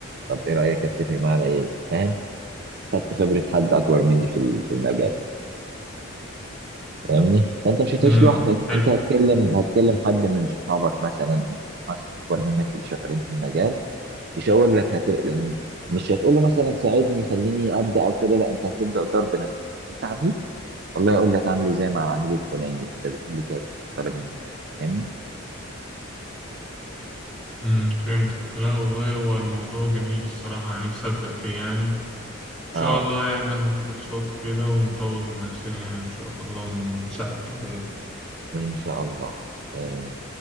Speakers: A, on the right; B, in the centre.
A: طب ايه رايك اتفق معاه على ايه فاهم خدت خبرة حد أكبر مني في ال- في المجال فاهمني؟ فأنت مش هتعيش
B: امم
A: لوحدك مم.
B: حلو
A: أنت هتكلم هتكلم حد من صحابك مثلا ناس أكبر منك اللي شغالين في المجال يشاور لك هت... يعني مش هتقول له مثلا ساعدني خليني أبدأ أو كده لا أنت هتبدأ الدور بنفسك أنت عميل والله يقول لك عامل إزاي مع العميل الفلاني ده طلب مني كذا طلب مني كذا فاهمني؟
B: امم فهمتك لا والله هو الموضوع جميل الصراحة يعني نفسي أبدأ فيه يعني إن شاء
A: أه
B: الله يعني ناخد كورسات كده ونطور من نفسنا يعني إن شاء الله ونساعد بعض يعني
A: إن شاء الله آه.